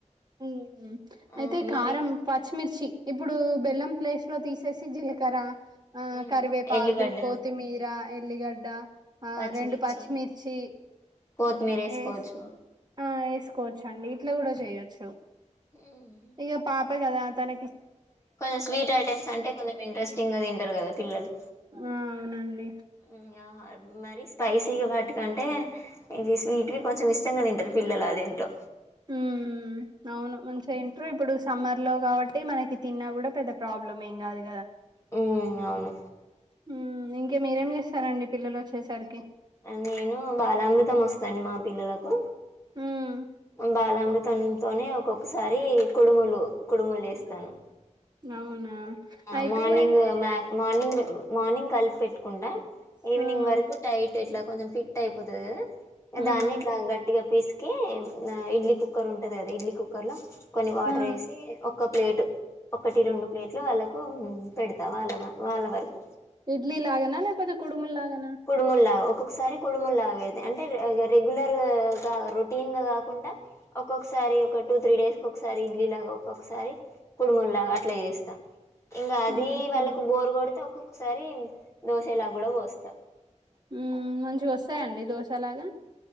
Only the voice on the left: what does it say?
ఆ
మరి
మ్మ్
ఎల్లిగడ్డ
పచ్చిమిర్చి
కొత్తిమీర వేసుకోవచ్చు
ఉమ్.
కొంచెం స్వీట్ ఐటమ్స్ అంటే కొంచెం ఇంట్రెస్టింగా తింటరు కదా పిల్లలు
మ్ యార్ మరి స్పైసీగా వాటికంటే ఇది స్వీట్ కొంచెం ఇష్టంగా తింటరు పిల్లలు అదేంటో
మ్ అవును.
ఆ నేను బాలామృతం వస్తదండి మా పిల్లలకు
బాలామృతంతోనే ఒక్కొక్కసారి కుడుములు కుడుములు చేస్తాను.
ఆ
మార్నింగ్ మ్యా మార్నింగ్ మార్నింగ్ కల్పి పెట్టుకుంటా ఈవినింగ్
వరకు టైట్ ఇట్ల కొంచెం ఫిట్ అయిపోతది కదా
దాన్నే ఇట్లా గట్టిగా పిస్కి ఇడ్లీ కుక్కర్ ఉంటది కదా ఇడ్లీ కుక్కర్లో కొన్ని వాటర్
ఏసి ఒక్క ప్లేట్ ఒకటి రెండు ప్లేట్లు వాళ్ళక్ కు పెడ్త వాళ్ళ వాళ్ళ వరకు
కుడుముల్లాగా ఒక్కొక్కసారి కుడుముల్లా పెడ్త అంటే రెగ్యులర్గా రొటీన్గా కాకుండా ఒక్కొక్కసా సారి ఒక టూ త్రీ డేస్ ఒకసారి ఇడ్లీలాగా ఒక్కొక్కసారి కుడుముల్లాగా అట్ల చేస్తా. ఇంగ అది
వాళ్ళకు బోర్ కొడ్తే ఒక్కొక్కసారి దోశలా కూడా పోస్తా